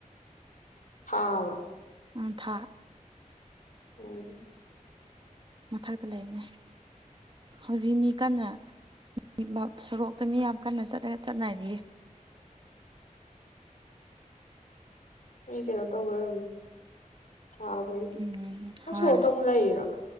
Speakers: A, on the left; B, on the right.
A: ꯊꯥ ꯍꯥꯏꯕ
B: ꯑꯝ ꯊꯥ
A: ꯎꯝ
B: ꯃꯊꯛꯇ ꯂꯩꯕꯅꯦ ꯍꯧꯖꯤꯛ ꯃꯤ ꯀꯟꯅ <inaudible> ꯁꯣꯔꯣꯛꯇ ꯃꯤ ꯌꯥꯝ ꯀꯟꯅ ꯆꯠꯅ ꯆꯠꯅꯔꯤꯌꯦ
A: ꯃꯤ ꯀꯩꯅꯣ ꯇꯧꯕꯩ ꯑꯣꯏꯔꯝꯅꯤ ꯁꯥꯕꯩ
B: ꯎꯝ
A: ꯅꯪ
B: ꯍꯣꯏ
A: ꯁꯣꯔꯣꯛꯇ ꯑꯃꯨꯛ ꯂꯩꯔꯤꯔꯣ